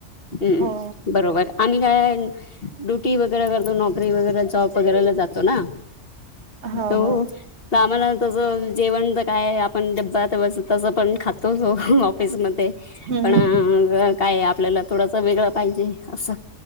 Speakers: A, on the left; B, on the right.
A: हम्म
B: हो
A: बरोबर. आम्ही काय ड्युटी वगैरा करतो, नोकरी वगैरा जॉब पगाराला जातो ना,
B: हा
A: तो
B: हा
A: आम्हाला तसं जेवण तर काय आपण डब्बा तवस तसं पण खातोचो ऑफिसमध्ये.
B: हम्म
A: पण अ काय आपल्याला थोडसं वेगळं पाहिजे असं.